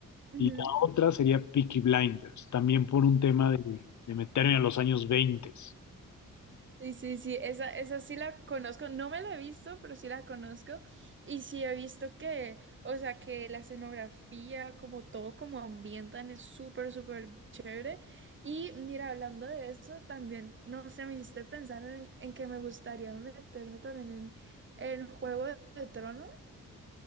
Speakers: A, on the right; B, on the left.
A: ujú.
B: Y la otra sería Peaky Blinders, también por un tema de, de meterme a los años 20.
A: Sí, sí, sí, esa, esa sí la conozco, no me la he visto, pero sí la conozco. Y sí he visto que, o sea, que la escenografía, como todo, como ambientan, es súper, súper chévere. Y mira, hablando de eso, también, no sé, me hiciste pensar en, en que me gustaría meterme también en, en Juego de Tronos.